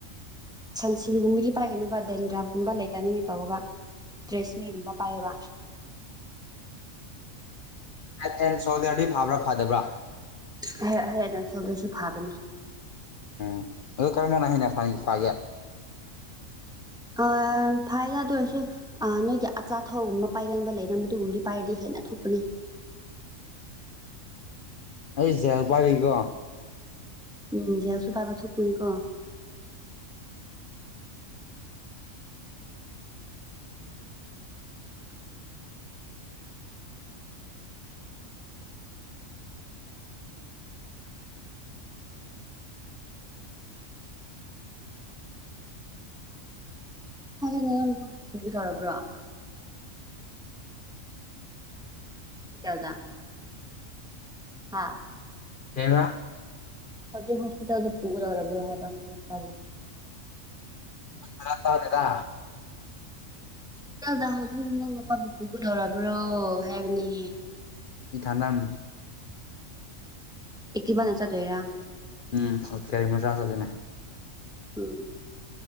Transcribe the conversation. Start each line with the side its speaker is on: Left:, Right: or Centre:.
Centre: ꯁꯟꯁꯤꯜꯒꯨꯝꯕꯗꯤ ꯄꯥꯏꯒꯅꯨꯕ ꯗꯦꯟꯗ꯭ꯔꯥꯒꯨꯝꯕ ꯂꯩꯇꯅꯤꯡꯉꯦ ꯇꯧꯕꯧꯕ ꯗ꯭ꯔꯁꯃꯤ ꯔꯝꯕ ꯄꯥꯏꯕ
Left: <unintelligible> ꯑꯦꯟ ꯁꯣꯜꯗꯔꯗꯤ ꯐꯥꯕ꯭ꯔꯥ ꯐꯗꯕ꯭ꯔꯥ
Centre: ꯍ ꯍ ꯑꯗꯨ ꯑꯗꯨꯝ ꯁꯣꯗꯔꯁꯨ ꯐꯥꯕꯅꯦ
Left: ꯎꯝ ꯑꯗꯨ ꯀꯃꯅ ꯍꯅꯦ ꯐ ꯐꯒꯦꯠ
Centre: ꯑ ꯐꯥꯏꯅ ꯑꯗꯨ ꯑꯣꯏꯔꯁꯨ ꯅꯣꯏꯒꯤ ꯑꯆꯥꯊꯊꯧꯒꯨꯝꯕ ꯄꯥꯏꯒꯟꯕ ꯂꯩꯅ ꯃꯗꯨꯒꯨꯝꯕꯗꯤ ꯄꯥꯏꯔꯗꯤ ꯍꯦꯂ ꯑꯊꯣꯛꯄꯅꯤ
Left: <inaudible> ꯑꯩ ꯖꯦꯜꯄꯥꯔꯤꯀꯣ
Centre: ꯎꯝ ꯌꯥꯎꯁꯨ ꯇꯥꯏꯕ ꯊꯣꯛ ꯀꯅꯤ ꯀꯣ ꯅꯪ ꯊꯤꯡꯒ ꯇꯔꯕ꯭ꯔꯣ ꯈꯁ ꯀꯥꯎꯗ ꯍꯥꯥ
Left: ꯍꯉ
Centre: ꯍꯧꯖꯤ ꯍꯁꯄꯤꯇꯥꯜ ꯄꯨꯗꯔꯔꯕ ꯍꯥꯏꯦꯕꯅ ꯄꯕꯨ
Left: ꯐꯔꯗꯦꯗ
Centre: ꯍꯣꯁꯄꯤꯇꯥꯜꯗ ꯍꯣꯖꯤꯅ ꯅꯄꯥ ꯕꯨꯄꯨꯒꯗꯧꯔꯔꯕ꯭ꯔꯣ ꯍꯥꯏꯦꯕꯅꯤ
Left: ꯏꯊꯗꯝ
Centre: ꯑꯦꯇꯚ ꯅꯆꯥ ꯇ ꯑꯦꯔ
Left: ꯎꯝ ꯀꯔꯤꯃ ꯆꯥ ꯆꯠꯂꯤꯅꯦ
Centre: ꯎꯝ